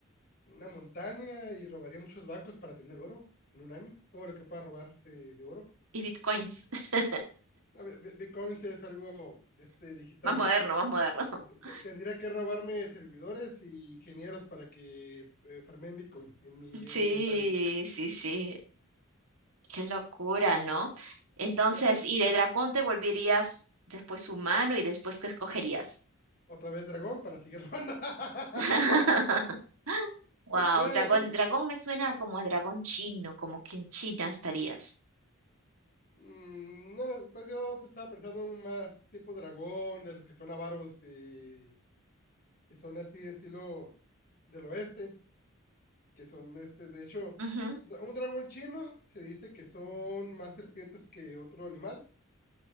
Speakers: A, on the left; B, on the right.
A: una montaña y robaría muchos bancos para tener oro en un año, todo lo que pueda robar de, de oro.
B: Y bitcoins, <laughs>
A: No, Bi- Bi- Bitcoin es algo este, digital.
B: más moderno, más moderno.
A: Te-
B: <laughs>
A: te- Tendría que robarme servidores y ingenieros para que eh, farmeen Bitcoin en mi,
B: Sí,
A: en mi montaña.
B: sí, sí, qué locura, ¿no? Entonces,
A: Eh, ah, eh,
B: ¿y de dragón te volverías después humano y después qué escogerías?
A: Otra vez dragón para seguir robando. <laughs>
B: <laughs> Wow,
A: Eh,
B: dragón, dragón me suena como a dragón chino, como que en China estarías.
A: mm, No, no, pues yo pues, estaba pensando en más tipo dragón, de los que son avaros, eh, que son así estilo del oeste que son este, de hecho,
B: Ujú.
A: un dragón chino se dice que son más serpientes que otro animal